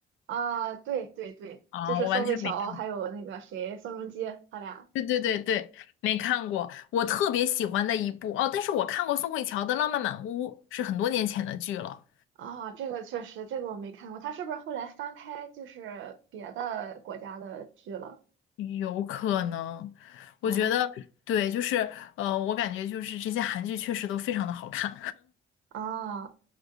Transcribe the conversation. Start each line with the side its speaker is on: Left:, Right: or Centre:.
Right: 啊，对对对，
Left: 啊、
Right: 就是宋慧乔还有那个谁，
Left: 我完全没看，
Right: 宋仲基，他俩。
Left: 对对对对，没看过。我特别喜欢的一部哦，但是我看过宋慧乔的《浪漫满屋》，是很多年前的剧了，
Right: 啊，这个确实，这个我没看过。他是不是后来翻拍就是别的国家的剧了？
Left: 有可能。
Right: 嗯，
Left: 我觉得对，就是呃，我感觉就是这些韩剧确实都非常的好看。
Right: 啊，